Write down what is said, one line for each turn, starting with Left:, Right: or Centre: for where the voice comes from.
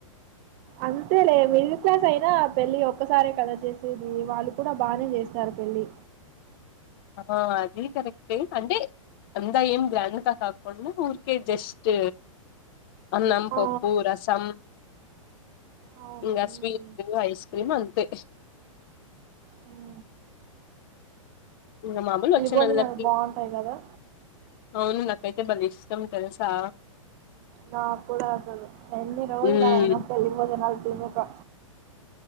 Right: అంతేలే మిడిల్ క్లాస్ అయినా పెళ్ళి ఒక్కసారే కదా చేసేది వాళ్ళు కూడా బానే చేస్తారు పెళ్లి
Left: ఆ అది కరెక్టే అంటే అంతా ఏం గ్యాండ్ గా కాకుండా ఊర్కే జస్ట్ అన్నం
Right: ఆ
Left: పప్పు రసం
Right: అవును
Left: ఇంకా
Right: ఉమ్.
Left: స్వీట్లు ఐస్ క్రీమ్ అంతే
Right: హా
Left: ఇంకా మామూలు వచ్చింన
Right: భోజనాలు
Left: అందరికి
Right: బాగుంటాయి కదా
Left: అవును నాకైతే అ బలే ఇష్టం తెలుసా
Right: నాకుడా అసలు ఎన్ని రోజులయనో
Left: ఉమ్.
Right: పెళ్ళి బోజనాలు తినకా